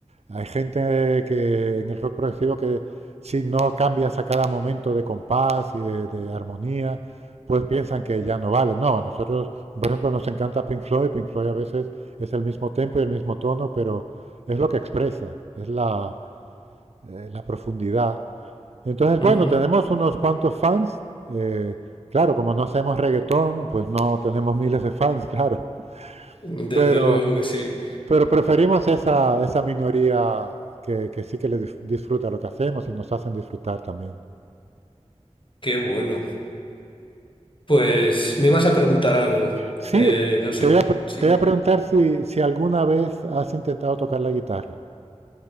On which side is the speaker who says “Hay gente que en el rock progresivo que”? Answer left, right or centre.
Right